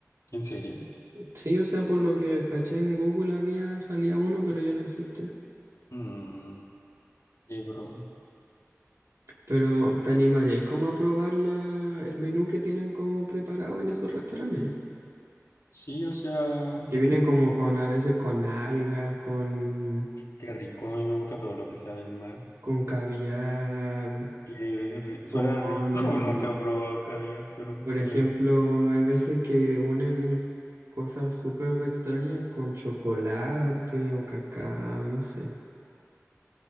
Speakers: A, on the left; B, on the right.
A: ¿En serio?
B: Sí, o sea, por lo que caché en Google había, salía uno, pero ya no existe.
A: Mmm, qué bro.
B: Pero te animaría ¿y cómo a probar la- el menú que tienen como preparado en esos restaurantes?
A: Sí, o sea,
B: Que vienen como con, a veces con algas, con,
A: qué rico. A mí me gusta todo lo que sea del mar.
B: con caviar,
A: Qué ri- Suena
B: con,
A: rico. <laughs> Nunca he probado caviar, pero
B: por
A: sí
B: ejemplo,
A: me gusta.
B: hay veces que unen cosas súper extrañas con chocolate o cacao, no sé.